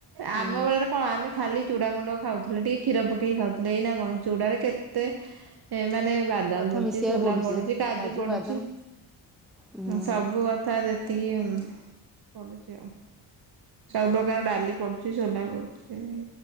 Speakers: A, in the centre; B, on the right.
A: ହୁଁ
B: ଆମ ବେଳରେ କଣ ଆମେ ଖାଲି ଚୁଡ଼ାଗୁଣ୍ଡ ଖାଉଥିଲେ ଟିକ କ୍ଷୀର ପକେଇକ ଖାଉଥିଲେ। ଏଇନା କଣ ଚୁଡାରେ କେତେ ମାନେ ବା ବାଦାମ
A: କଥା
B: ପଡୁଚି
A: ମିଶେଇବାକୁ
B: ସୋଲା
A: ପଡୁଛି
B: ପଡୁଚି କାଜୁ ପଡୁଚି।
A: ବାଦାମ ହୁଁ
B: ସବୁ କଥା ଯେତିକି ପଡୁଚି ଆଉ। ସବୁ ପ୍ରକାର ଡାଲି ପଡୁଚି ସୋଲା ପଡୁଚି।